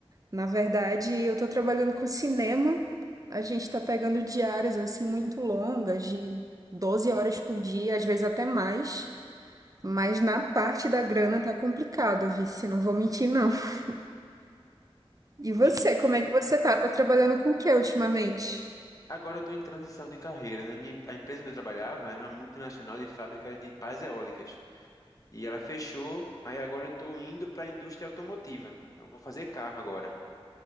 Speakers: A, on the right (about 35°); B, on the left (about 35°).
A: Na verdade, eu tô trabalhando com cinema. A gente tá pegando diárias assim muito longas, de 12 horas por dia, às vezes até mais. Mas na parte da grana tá complicado, Vice, não vou mentir, não. <laughs> E você,
B: E,
A: como é
B: e
A: que você tá? Tá trabalhando com o que ultimamente?
B: agora eu tô em transição de carreira, né? Minha, a empresa onde eu trabalhava era uma multinacional de fábrica de pás eólicas. E ela fechou, aí agora eu tô indo pra indústria automotiva. Então eu vou fazer carro agora,